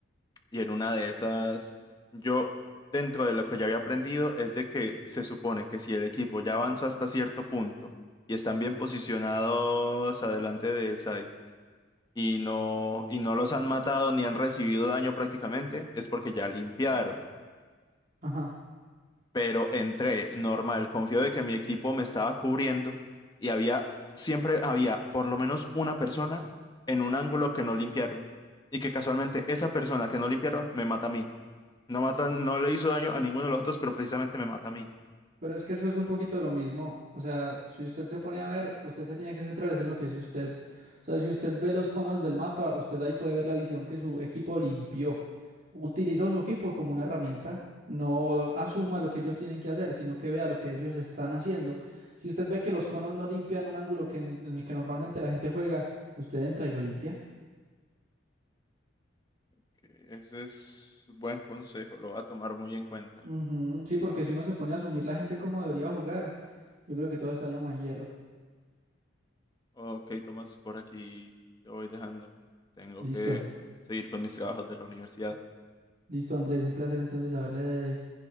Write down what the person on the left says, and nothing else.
Y en una de esas, yo, dentro de lo que ya había aprendido, es de que se supone que si el equipo ya avanzó hasta cierto punto y están bien posicionados adelante del site y no, y no los han matado ni han recibido daño prácticamente, es porque ya limpiaron.
Pero entré normal, confío de que mi equipo me estaba cubriendo y había, siempre había por lo menos una persona en un ángulo que no limpiaron y que casualmente esa persona que no limpiaron me mata a mí. No mata, no le hizo daño a ninguno de los otros, pero precisamente me mata a mí.
Ok, Ese es buen consejo, lo voy a tomar muy en cuenta.
Ok, Tomás, por aquí te voy dejando. Tengo
que seguir con mis trabajos de la universidad.